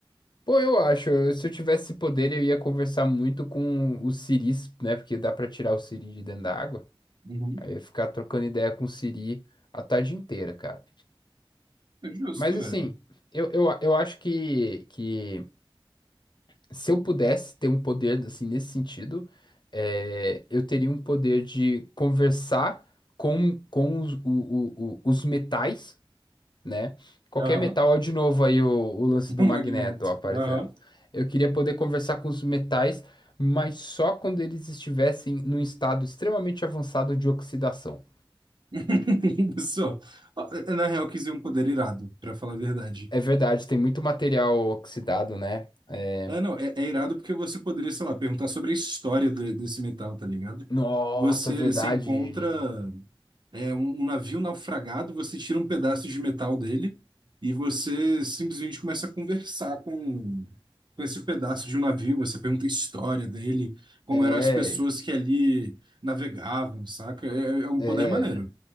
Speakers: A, on the left (about 55°); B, on the right (about 55°).
A: Pô, eu acho, eu- se eu tivesse poder, eu ia conversar muito com o siris, né? Porque dá pra tirar o siri de dentro da água.
B: Uhum.
A: Aí eu ia ficar trocando ideia com o siri a tarde inteira, cara.
B: É justo,
A: Mas assim,
B: velho.
A: eu, eu, eu acho que, que se eu pudesse ter um poder, assim, nesse sentido, é, eu teria um poder de conversar com, com os, o- o- o- os metais. né? Qualquer
B: Aham.
A: metal, ó, de novo aí o, o lance
B: <laughs>
A: do
B: Um
A: magneto,
B: magneto.
A: ó, aparecendo.
B: Aham.
A: Eu queria poder conversar com os metais, mas só quando eles estivessem num estado extremamente avançado de oxidação.
B: <laughs> Só. Ah, Na real, eu quis dizer um poder irado, para falar a verdade.
A: É verdade, tem muito material oxidado, né? É...
B: É, não, é, é irado porque você poderia, sei lá, perguntar sobre a história de- desse metal, tá ligado?
A: Nossa,
B: Você,
A: verdade.
B: você encontra é, um, um navio naufragado, você tira um pedaço de metal dele e você simplesmente começa a conversar com, com esse pedaço de um navio. Você pergunta a história dele, como
A: É,
B: eram as pessoas que ali navegavam, saca? É, é um
A: é.
B: poder maneiro.